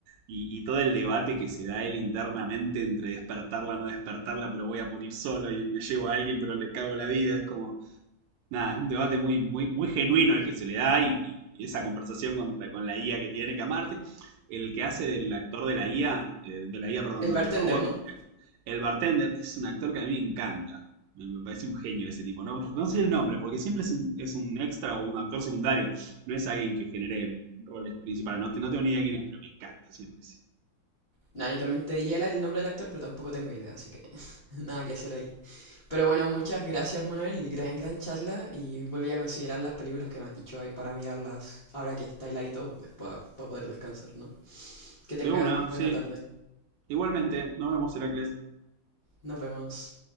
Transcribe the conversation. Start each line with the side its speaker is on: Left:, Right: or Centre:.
Right: y, y todo el debate que se da él internamente entre despertarla, no despertarla, pero voy a morir solo y me llevo a alguien, pero le cago la vida. Es como, nada, es un debate muy, muy, muy genuino el que se le da y, y- y esa conversación con, con la IA que tiene que amarte. El que hace del actor de la IA, eh, de la IA, perdón,
Left: El
Right: no,
Left: bartender,
Right: del robot,
Left: ¿no?
Right: el bartender, es un actor que a mí me encanta. Me, me parece un genio ese tipo. No, no sé el nombre, porque siempre es un, es un extra o un actor secundario. No es alguien que genere roles principales. No, te- no tengo ni idea quién es, pero me encanta siempre. sí.
Left: Nah, yo también te diría la- el nombre del actor, pero tampoco tengo idea, así que <laughs> nada que hacer ahí. Pero bueno, muchas gracias, Manuel. Gran, gran charla y voy a considerar las películas que me has dicho ahí para mirarlas ahora que está heladito, pues para poder descansar, ¿no? Que tengas
Right: De una,
Left: buena
Right: sí.
Left: tarde.
Right: Igualmente, nos vemos, Heracles.
Left: Nos vemos.